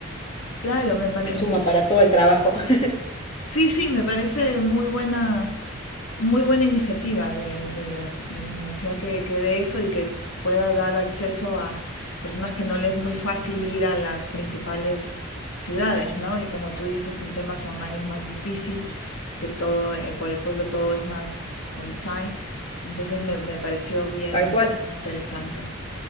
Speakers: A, on the left; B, on the left.
A: Claro, me parece.
B: Y suma para todo el trabajo. <laughs>
A: Sí, sí, me parece muy buena. Muy buena iniciativa de, de las, de la universidad que, que dé eso y que pueda dar acceso a personas que no les es muy fácil ir a las principales ciudades, ¿no? Y como tú dices, en temas online es más difícil, que todo, eh, por el pueblo todo es más on-site. Entonces me, me pareció bien
B: Tal cual.
A: interesante.